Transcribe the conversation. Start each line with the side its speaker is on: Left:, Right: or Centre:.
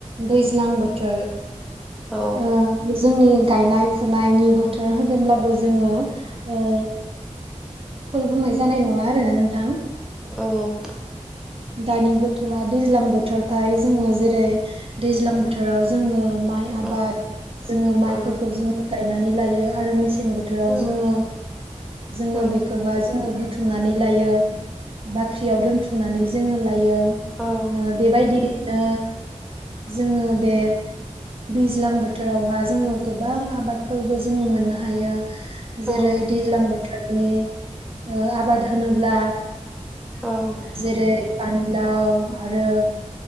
Right: दैज्लां बोथोर
Centre: होदो
Right: ओ जोंनि गायनाय फुनायनि बोथोर होनोब्लाबो जोङो ओ फुल बुंनाय जानाय नङा आरोना नोंथां
Centre: औ
Right: दानि बोथोरा दैज्लां बोथोरखाय जोङो जेरै दैज्लां बोथोराव जोङो माइ
Centre: औ
Right: आबाद
Centre: औ
Right: जोङो माइफोरखौ
Centre: औ
Right: जोङो गायनानै लायो आरो मेसें बोथोराव
Centre: औ
Right: जोङो जोङो जोङो
Centre: औ
Right: बे खौहाय जोङो बुथुमनानै लायो बाख्रियाव दोनथुमनानै जोङो लायो।
Centre: औ
Right: ओ बेबायदि ओ जोङो बे दैज्लां बोथोरावहाय जोङो गोबां आबादफोरबो जोङो मोननो हायो
Centre: औ
Right: जेरै दैज्लां बोथोरनि ओ आबाद होनोब्ला
Centre: औ
Right: जेरै पानिलाव आरो